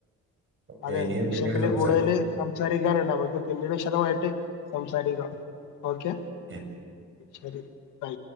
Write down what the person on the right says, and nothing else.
ഓക്കെ
ഇനിയും
പിന്നീട് സംസാരിക്കാം.
ക്കെ